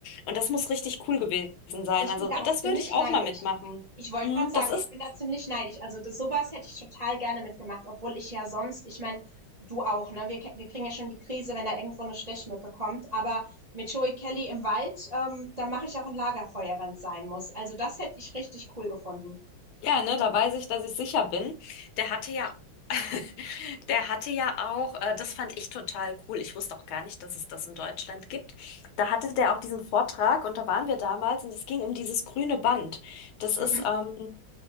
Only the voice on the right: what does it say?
Ich
bin da
auch ziemlich
neidisch.
Ich wollte
gerade sagen,
ich bin da ziemlich neidisch. Also das, sowas hätte ich total gerne mitgemacht, obwohl ich ja sonst, ich meine, du auch, ne? Wir, ke- wir kriegen ja schon die Krise, wenn da irgendwo eine Stechmücke kommt. Aber mit Joey Kelly im Wald, ähm, da mache ich auch ein Lagerfeuer, wenn es sein muss. Also das hätte ich richtig cool gefunden.
Mhm.